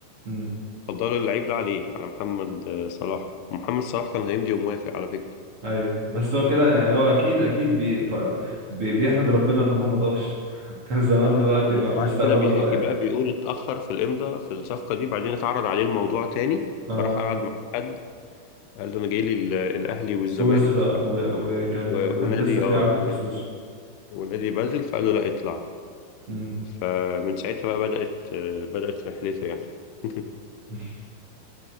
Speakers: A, on the right; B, on the left.
A: مم.
B: فضلوا اللعيب ده عليه على محمد آه، صلاح محمد صلاح كان هيمضي وموافق على فكره
A: ايوه بس هو كده يعني هو اكيد اكيد بي ف... بي بيحمد ربنا انه ما ضاعش <laughs> كان زمان
B: اه
A: دلوقتي
B: اه ما
A: ما
B: هو بعد
A: مستقبله
B: كده بيحكي
A: ضايع
B: بقى بيقول اتاخر في الامضاء في الصفقه دي بعدين اتعرض عليه الموضوع تاني
A: اه
B: فراح قعد مع حد قال له انا جاي لي ال- الاهلي والزمالك
A: سويسرا
B: ف...
A: و... وكان
B: و...
A: وكان
B: ونادي
A: لسه في
B: اه
A: عرض
B: ونادي,
A: في سويسرا
B: ونادي بازل فقال له لا اطلع
A: امم
B: فمن ساعتها بقى بدات آه، بدات رحلته يعني <laughs>
A: <laughs>